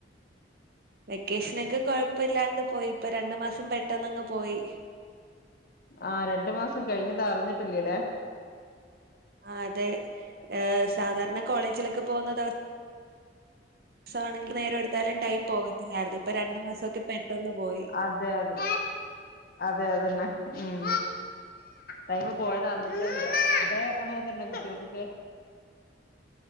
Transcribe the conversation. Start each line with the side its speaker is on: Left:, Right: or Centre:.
Right: വെക്കേഷനൊക്കെ കൊഴപ്പില്ലാണ്ട് പോയി ഇപ്പം രണ്ടു മാസം പെട്ടന്നങ്ങ് പോയി
Left: ആഹ രണ്ടു മാസം കഴിഞ്ഞത് അറിഞ്ഞിട്ടില്ലല്ലേ
Right: ആഹ് അതെ ഏഹ് സാധാരണ കോളേജിലൊക്കെ പോകുന്ന ദിവസം മാസമാണെങ്കിൽ നേരം എടുത്താലും ടൈം പോകത്തില്ലായിരുന്നു ഇപ്പ രണ്ട മാസംക്കെ പെട്ടന്ന് പോയി
Left: അതെ അതെ അതെ അതന്നെ ഉം ടൈമ പോയത് അറിഞ്ഞിട്ടെ ഇല്ല ഇവിടെ അങ്ങനെ തന്നെ കുട്ടികൾക്കൊക്കെ